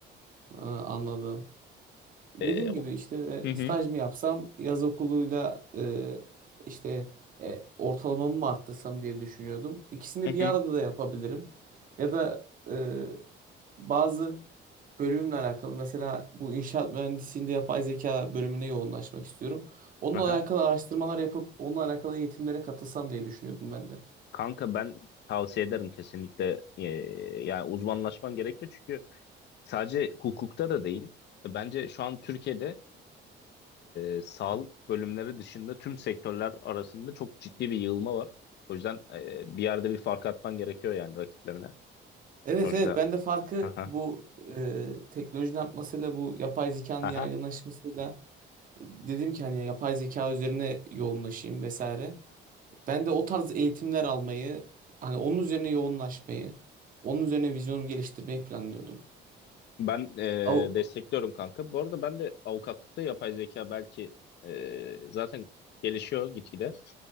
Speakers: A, on the right; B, on the left.
A: Ha, anladım. Dediğim
B: Ee, o-
A: gibi işte
B: Hı
A: e,
B: hı,
A: staj mı yapsam, yaz okuluyla e, işte e, ortalamamı mı arttırsam diye düşünüyordum. İkisini
B: hı
A: bir
B: hı.
A: arada da yapabilirim. Ya da e, bazı bölümle alakalı mesela bu inşaat mühendisliğinde yapay zeka bölümüne yoğunlaşmak istiyorum. Onunla
B: Aha.
A: alakalı araştırmalar yapıp onunla alakalı eğitimlere katılsam diye düşünüyordum ben de.
B: Kanka ben tavsiye ederim kesinlikle ee, yani uzmanlaşman gerekiyor çünkü sadece hukukta da değil. Bence şu an Türkiye'de e, sağlık bölümleri dışında tüm sektörler arasında çok ciddi bir yığılma var. O yüzden e, bir yerde bir fark atman gerekiyor yani rakiplerine.
A: Evet
B: Sonuçta
A: evet ben de farkı
B: aha,
A: bu e, teknolojinin artmasıyla bu yapay zekanın
B: aha.
A: yaygınlaşmasıyla dedim ki hani yapay zeka üzerine yoğunlaşayım vesaire. Ben de o tarz eğitimler almayı, hani onun üzerine yoğunlaşmayı, onun üzerine vizyonumu geliştirmeyi planlıyordum.
B: Ben e,
A: Av-
B: destekliyorum kanka. Bu arada ben de avukatlıkta yapay zeka belki e, zaten gelişiyor gitgide.